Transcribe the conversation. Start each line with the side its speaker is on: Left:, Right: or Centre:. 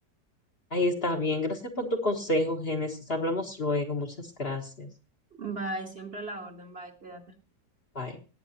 Left: Ahí está bien. Gracias por tu consejo, Génesis. Hablamos luego. Muchas gracias.
Right: Bye, siempre a la orden, bye, cuídate.
Left: Bye.